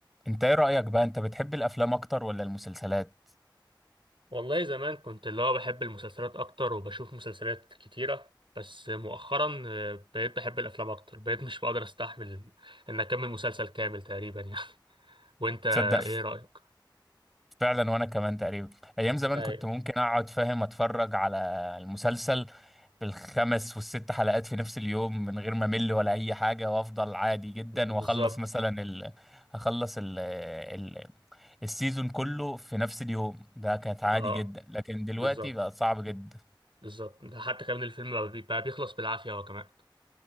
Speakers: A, in the centre; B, on the right.
A: انت ايه رأيك بقى انت بتحب الافلام اكتر ولا المسلسلات
B: والله زمان كنت اللي هو بحب المسلسلات اكتر وبشوف مسلسلات كتيرة بس مؤخرا آه، بقيت بحب الافلام اكتر بقيت مش بقدر استحمل ان اكمل مسلسل كامل تقريبا يعني <laughs> وانت
A: تصدق ف-
B: ايه رأيك
A: فعلا وانا كمان تقريبا ايام زمان
B: اي
A: كنت ممكن اقعد فاهم اتفرج على المسلسل بالخمس والست حلقات في نفس اليوم من غير ما امل ولا اي حاجة وافضل عادي جدا
B: بالظبط
A: واخلص مثلا ال... اخلص ال... ال... السيزون كله في نفس اليوم ده كانت عادي
B: اه
A: جدا لكن دلوقتي
B: بالظبط
A: بقى صعب جدا
B: بالظبط ده حتى كمان الفيلم بقى بي- بقى بيخلص بالعافية هو كمان